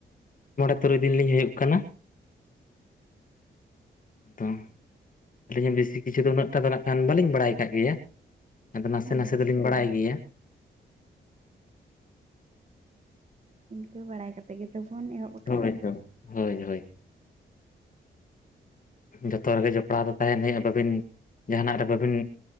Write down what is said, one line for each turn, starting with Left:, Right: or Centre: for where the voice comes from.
Left: ᱢᱚᱬᱮ ᱛᱩᱨᱩᱭ ᱫᱤᱱ ᱞᱤᱧ ᱦᱩᱭᱩᱜ ᱠᱟᱱᱟ᱾ ᱟᱫᱚ ᱟᱹᱞᱤᱧ ᱦᱚ ᱵᱮᱥᱤ ᱠᱤᱪᱷᱩ ᱫᱚ ᱩᱱᱟᱹᱜ ᱴᱟ ᱫᱚ ᱱᱟᱹᱜ ᱠᱷᱟᱱ ᱵᱟᱹᱞᱤᱧ ᱵᱟᱲᱟᱭ ᱠᱟᱜ ᱜᱮᱭᱟ ᱟᱫᱚ ᱱᱟᱥᱮ
Right: ᱦᱮᱸ
Left: ᱱᱟᱥᱮ ᱫᱚᱞᱤᱧ ᱵᱟᱲᱟᱭ ᱜᱮᱭᱟ
Right: ᱤᱱᱠᱟᱹ ᱵᱟᱲᱟᱭ ᱠᱟᱛᱮ ᱜᱮᱛᱚ ᱵᱚᱱ ᱮᱦᱚᱵ ᱟᱠᱟᱜᱼᱟ
Left: ᱛᱚᱵᱮ ᱛᱚ ᱦᱳᱭ ᱦᱳᱭ ᱡᱚᱛᱚᱭᱟᱜ ᱨᱮᱜᱮ ᱡᱚᱯᱲᱟᱣ ᱫᱚ ᱛᱟᱦᱮᱱ ᱦᱚᱭᱚᱜᱼᱟ ᱵᱟᱹᱵᱤᱱ ᱡᱟᱦᱟᱱᱟᱜ ᱨᱮ ᱵᱟᱹᱵᱤᱱ